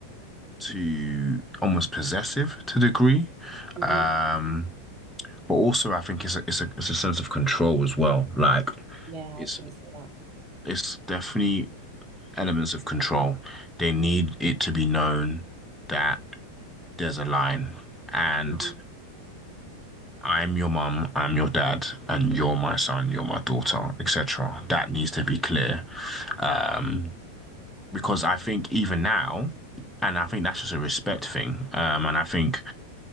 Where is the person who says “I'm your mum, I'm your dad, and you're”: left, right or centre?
Centre